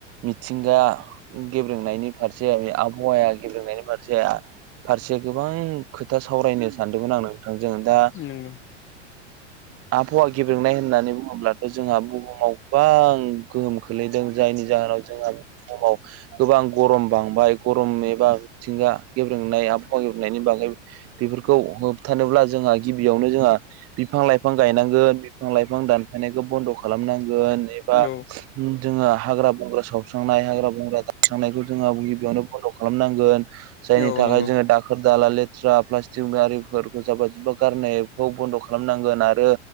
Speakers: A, on the right; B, on the left.
A: मिथिंगा गेब्रेंनायनि फारसे आबहावाया गेब्रेंनायनि फारसे फारसे गोबां खोथा सावरायनो सानदोंमोन आं नोंथांजों दा
B: नोंग'
A: आबहावा गेब्रेंनाय होननानै बुङोब्लाथ' जोंहा बुहुमाव गोबां गोहोम खोलैदों जों जायनि जाहोनाव जोंहा समाव गोबां गरम बांबाय गरम एबा मिथिंगा गेब्रेंनाय आबहावा गेब्रेंनायनि बागै बेफोरखौ होबथानोब्ला जोंहा गिबियावनो जोंहा बिफां लाइफां गायनांगोन बिफां लाइफां फां दानफानायखौ बनद' खालामनांगोन एबा
B: औ
A: जोङो हाग्रा हाग्रा बंग्रा सावस्रांनाय हाग्रा बंग्रा दानस्रांनायखौ जोङो गिबियावनो बन्द' खालामनांगोन। जायनि
B: औ
A: थाखाय
B: नंगौ
A: जोङो दाखोर दाला लेथ्रा प्लास्टिक गारिफोरखौ जाबा जुब्बा गारनायखौ बन्द' खालामनांगोन आरो